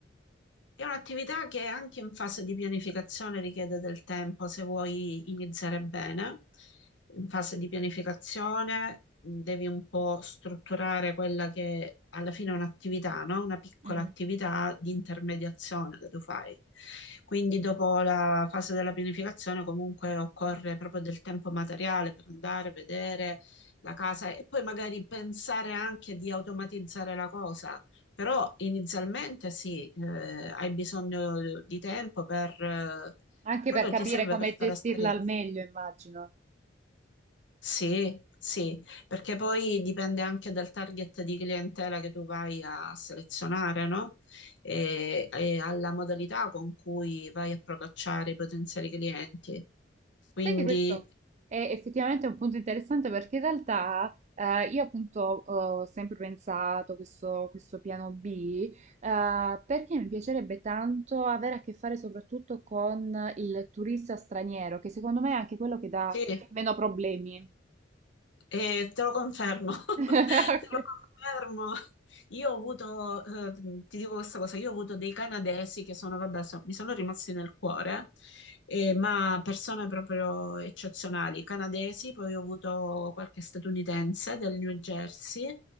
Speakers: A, on the left (about 70°); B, on the right (about 35°).
A: È un'attività che anche in fase di pianificazione richiede del tempo se vuoi iniziare bene. In fase di pianificazione mh, devi un po' strutturare quella che alla fine è un'attività, no? Una piccola
B: Mm.
A: attività di intermediazione che tu fai. Quindi dopo la fase della pianificazione comunque occorre proprio del tempo materiale per andare a vedere la casa e poi magari pensare anche di automatizzare la cosa però inizialmente sì, eh, hai bisogno di tempo per, eh,
B: Anche
A: proprio
B: per capire
A: ti serve
B: come
A: per
B: gestirla
A: fare esperienza.
B: al meglio, immagino.
A: Sì, sì, perché poi dipende anche dal target di clientela che tu vai a selezionare, no? E, e alla modalità con cui vai a procacciare i potenziali clienti. Quindi
B: Sai che Sì. questo è effettivamente un punto interessante perché in realtà eh, io appunto ho sempre pensato questo, questo piano B eh, perché mi piacerebbe tanto avere a che fare soprattutto con il turista straniero, che secondo me è anche quello che dà
A: sì,
B: meno problemi.
A: Eh, te lo confermo, <laughs>
B: <laughs>
A: te lo confermo. Io ho avuto, eh, ti dico questa cosa, io ho avuto dei canadesi che sono, vabbè, so- mi sono rimasti nel cuore, eh, ma persone proprio eccezionali, canadesi, poi ho avuto qualche statunitense del New Jersey